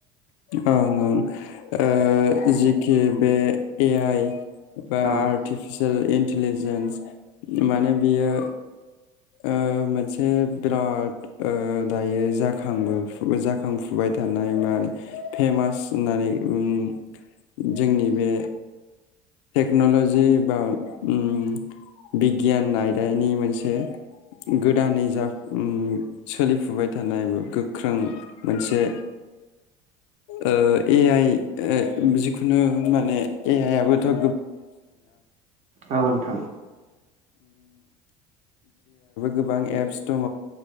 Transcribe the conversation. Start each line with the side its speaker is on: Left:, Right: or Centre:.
Left: ओं ओं ओ जिखि बे ए आइ बा
Right: औ
Left: आर्टिफिसि सेल इन्टिलिजेन्स माने बियो ओ मोनसे बिराद दायो जाखां जाखांफुबाय थानाय मोन फेमास होननानै ओम जोंनि बे टेक्न'ल'जि बा ओम बिगियान आयदानि मोनसे गोदानै जा उम सोलिफुबाय थानाय गोख्रों मोनसे ओ ए आइ जिखुनु मोन बेयाव ओम ए आइबो
Right: औ नोंथां
Left: गोबां एप्स दङ